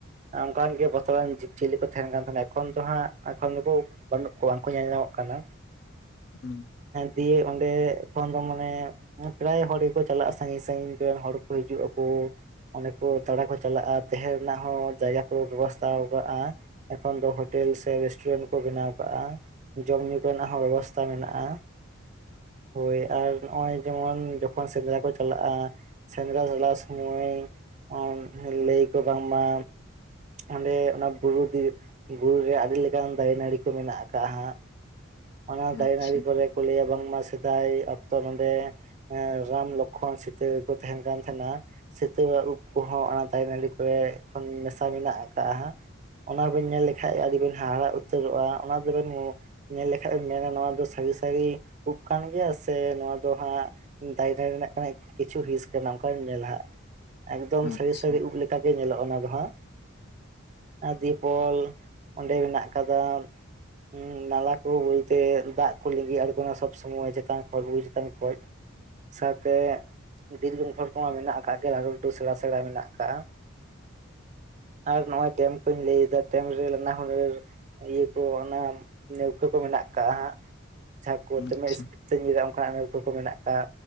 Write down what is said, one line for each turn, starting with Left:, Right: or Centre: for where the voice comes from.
Right: ᱚᱱᱠᱟᱱ ᱜᱮ ᱵᱚᱛᱚᱨᱟᱱ ᱡᱤᱵᱽ-ᱡᱤᱭᱟᱹᱞᱤ ᱠᱚ ᱛᱟᱦᱮᱱ ᱠᱟᱱ ᱛᱟᱦᱮᱱᱟ ᱮᱠᱷᱚᱱ ᱫᱚ ᱦᱟᱸᱜ ᱮᱠᱷᱚᱱ ᱫᱚᱠᱚ ᱵᱟᱹᱱᱩᱜ ᱠᱚᱣᱟ ᱩᱱᱠᱩ ᱵᱟᱠᱳ ᱧᱮᱞ ᱧᱟᱢᱚᱜ ᱠᱟᱱᱟ ᱠᱟᱱᱟ
Left: ᱦᱮᱸ
Right: ᱫᱤᱭᱮ ᱚᱸᱰᱮ ᱮᱠᱷᱚᱱ ᱫᱚ ᱢᱟᱱᱮ ᱯᱨᱟᱭ ᱦᱚᱲ ᱜᱮᱠᱚ ᱪᱟᱞᱟᱜ-ᱟ ᱥᱟᱺᱜᱤᱧ ᱥᱟᱺᱜᱤᱧ ᱨᱮᱱ ᱦᱚᱲ ᱠᱚ ᱦᱤᱡᱩᱜ ᱟᱠᱚ ᱚᱸᱰᱮ ᱠᱚ ᱛᱟᱲᱟ ᱠᱚ ᱪᱟᱞᱟᱜ-ᱟ ᱛᱟᱦᱮᱸ ᱨᱮᱱᱟᱜ ᱦᱚᱸ ᱡᱟᱭᱜᱟ ᱠᱚ ᱵᱮᱵᱚᱥᱛᱷᱟ ᱟᱠᱟᱜ-ᱟ ᱮᱠᱷᱚᱱ ᱫᱚ ᱦᱳᱴᱮᱞ ᱥᱮ ᱨᱮᱥᱴᱩᱨᱮᱱᱴ ᱠᱚ ᱵᱮᱱᱟᱣ ᱟᱠᱟᱫ-ᱟ ᱡᱚᱢ-ᱧᱩ ᱠᱚᱨᱮᱱᱟᱜ ᱦᱚᱸ ᱵᱮᱵᱚᱥᱛᱷᱟ ᱢᱮᱱᱟᱜ-ᱟ ᱦᱳᱭ ᱟᱨ ᱱᱚᱜ-ᱚᱭ ᱡᱮᱢᱚᱱ ᱡᱚᱠᱷᱚᱱ ᱥᱮᱸᱫᱽᱨᱟ ᱠᱚ ᱪᱟᱞᱟᱜ-ᱟ ᱥᱮᱸᱫᱽᱨᱟ ᱦᱮᱞᱟᱣ ᱥᱚᱢᱚᱭ ᱟᱨ ᱞᱟᱹᱭ ᱟᱠᱚ ᱵᱟᱝᱢᱟ ᱚᱸᱰᱮ ᱚᱱᱟ ᱵᱩᱨᱩ ᱵᱩᱨᱩ ᱨᱮ ᱟᱹᱰᱤ ᱞᱮᱠᱟᱱ ᱫᱟᱨᱮ-ᱱᱟᱹᱲᱤ ᱠᱚ ᱢᱮᱱᱟᱜ ᱟᱠᱟᱜ-ᱟ ᱦᱟᱸᱜ ᱚᱱᱟ ᱫᱟᱨᱮ
Left: ᱟᱪᱪᱷᱟ
Right: ᱱᱟᱹᱲᱤ ᱠᱚᱨᱮ ᱠᱚ ᱞᱟᱹᱭᱟ ᱵᱟᱝ ᱥᱮᱫᱟᱭ ᱚᱠᱛᱚ ᱱᱚᱸᱰᱮ ᱨᱟᱢ ᱞᱚᱠᱠᱷᱚᱱ ᱥᱤᱛᱟᱹ ᱠᱚ ᱛᱟᱦᱮᱱ ᱠᱟᱱ ᱛᱟᱦᱮᱱᱟ ᱥᱤᱛᱟᱹ ᱩᱵ ᱠᱚᱦᱚᱸ ᱚᱱᱟ ᱫᱟᱨᱮ ᱱᱟᱹᱲᱤ ᱠᱚᱨᱮ ᱮᱠᱷᱚᱱ ᱢᱮᱥᱟ ᱢᱮᱱᱟᱜ ᱟᱠᱟᱫᱟ ᱦᱟᱸᱜ ᱚᱱᱟ ᱵᱮᱱ ᱧᱮᱞ ᱞᱮᱠᱷᱟᱡ ᱟᱹᱰᱤᱵᱤᱱ ᱦᱟᱦᱟᱲᱟ ᱩᱛᱟᱹᱨᱚᱜ-ᱟ ᱚᱱᱟ ᱫᱚᱵᱮᱱ ᱧᱮᱞ ᱞᱮᱠᱷᱟᱡ ᱵᱮᱱ ᱢᱮᱱᱟ ᱱᱚᱣᱟ ᱫᱚ ᱥᱟᱹᱨᱤ ᱥᱟᱹᱨᱤ ᱩᱵ ᱠᱟᱱ ᱜᱮᱭᱟ ᱥᱮ ᱱᱚᱣᱟ ᱫᱚ ᱦᱟᱸᱜ ᱫᱟᱨᱮ ᱱᱟᱹᱲᱤ <unintelligible> ᱠᱤᱪᱷᱩ ᱦᱤᱸᱥ ᱠᱟᱱᱟ ᱚᱱᱠᱟ ᱜᱮᱢ ᱧᱮᱞᱟ ᱦᱟᱸᱜ ᱮᱠᱫᱚᱢ
Left: ᱟᱪᱪᱷᱟ
Right: ᱥᱟᱹᱨᱤ ᱥᱟᱹᱨᱤ ᱩᱵ ᱞᱮᱠᱟᱜᱮ ᱧᱮᱞᱚᱜ-ᱟ ᱚᱱᱟ ᱫᱚ ᱦᱟᱸᱜ ᱟᱨ ᱫᱤᱭᱮᱯᱚᱞ ᱚᱸᱰᱮ ᱢᱮᱱᱟᱜ ᱟᱠᱟᱫᱟ ᱦᱮᱸ ᱱᱟᱞᱟ ᱠᱚ ᱵᱚᱞᱛᱮ ᱫᱟᱜ ᱠᱚ ᱞᱤᱸᱜᱤ ᱟᱬᱜᱳᱱᱟ ᱥᱚᱵ ᱥᱚᱢᱚᱭ ᱪᱮᱛᱟᱱ ᱠᱷᱚᱱ ᱵᱩᱨᱩ ᱪᱮᱛᱟᱱ ᱠᱷᱚᱡ ᱥᱟᱶᱛᱮ ᱵᱤᱨ <unintelligible> ᱠᱚᱢᱟ ᱢᱮᱱᱟᱜ ᱟᱠᱟᱫ ᱜᱮ ᱟᱨᱦᱚ ᱞᱟᱹᱩ ᱞᱟᱹᱴᱩ ᱥᱮᱬᱟ ᱥᱮᱬᱟ ᱢᱮᱱᱟᱜ ᱟᱠᱟᱜ-ᱟ᱾ ᱟᱨ ᱱᱚᱜ-ᱚᱭ ᱰᱮᱢ ᱠᱩᱧ ᱞᱟᱹᱭᱮᱫᱟ ᱰᱮᱢ ᱨᱮ ᱱᱟ ᱦᱚᱸ ᱱᱟᱹᱨ ᱤᱭᱟᱹ ᱠᱚ ᱚᱱᱟ ᱱᱟᱹᱣᱠᱟᱹ ᱠᱚ ᱢᱮᱱᱟᱜ ᱟᱠᱟᱟᱜ-ᱟ ᱦᱟᱸᱜ ᱡᱟᱦᱟᱸ ᱠᱚ
Left: ᱟᱪᱪᱷᱟ
Right: ᱫᱚᱢᱮ ᱤᱥᱯᱤᱰ ᱛᱮ ᱧᱤᱨᱟᱜ-ᱟ ᱚᱱᱠᱟᱱᱟᱜ ᱞᱟᱣᱠᱟᱹ ᱠᱚ ᱢᱮᱱᱟᱜ ᱟᱠᱟᱜ